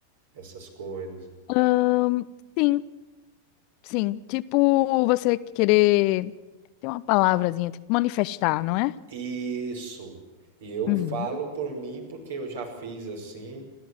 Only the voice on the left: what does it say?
Ahn, sim, sim. Tipo, você querer. Tem uma palavrazinha, tipo manifestar, não é?
Uhum,